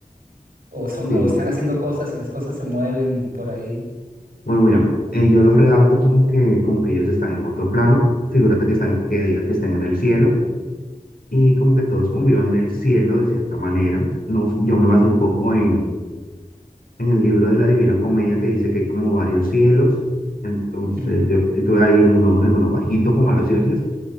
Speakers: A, on the right (about 75°); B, on the left (about 85°).
A: o son
B: Sí,
A: o están haciendo cosas y las cosas se mueven por ahí.
B: bueno, mira, eh, yo los redacto como que, como que ellos están en otro plano. Figúrate que están, que diga que están en el cielo y como que todos convivan en el cielo de cierta manera. No, yo me basé un poco en, en el libro de la Divina Comedia que dice que hay como varios cielos. Entonces,
A: Ujú,
B: yo estoy ahí en uno, en uno bajito como a los dioses,